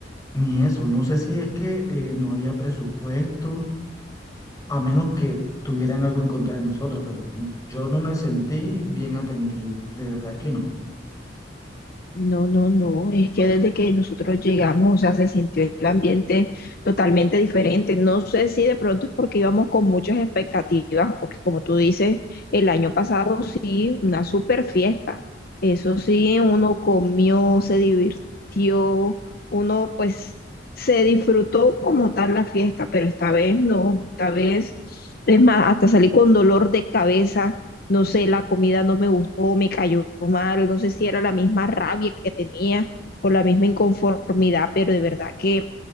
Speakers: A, on the left; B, on the left.
A: ni eso. No sé si es que eh, no había presupuesto, a menos que tuvieran algo en contra de nosotros, pero no- yo no me sentí bien atendido, de verdad que no.
B: No, no, no, es que desde que nosotros llegamos, o sea, se sintió el ambiente totalmente diferente. No sé si de pronto es porque íbamos con muchas expectativas, porque como tú dices, el año pasado sí, una super fiesta. Eso sí, uno comió, se divirtió, uno pues se disfrutó como tal la fiesta, pero esta vez no, esta vez, es más, hasta salí con dolor de cabeza no sé, la comida no me gustó, me cayó mal, no sé si era la misma rabia que tenía o la misma inconformidad, pero de verdad que